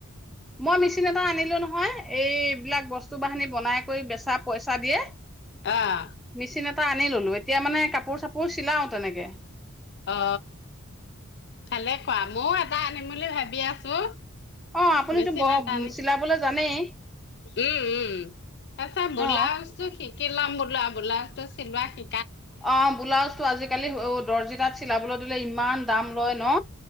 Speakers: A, in the centre; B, on the left.
A: মই মেচিন এটা আনিলো নহয় এইবিলাক বস্তু বাহনি বনাই কৰি বেচা পইচা দিয়ে
B: আহ
A: চিন এটা আনি ললো এতিয়া মানে কাপোৰ চাপোৰ চিলাও তেনেকে
B: অ ভালে খোৱা মই টা আনিম বুলি ভাবি আছো
A: অ আপুনিতো
B: মেচিন
A: ব
B: এটা আনিম
A: চিলাবলৈ জানেই
B: উম উম তাৰছত
A: অ
B: ব্লাউজ টো কি শ লাম বোলাবা ব্লাউজতো চিলোৱা শি
A: অ ব্লাউজ টো আজিকালি দৰ্জি তাত চিলাবলৈ দিলে ইমান দাম লয় ন